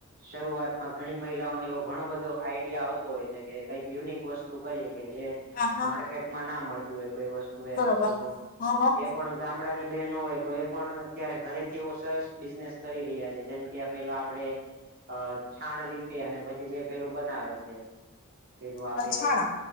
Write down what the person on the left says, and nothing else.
હા હા
બરોબર
હા હા
હ
અ, છાણા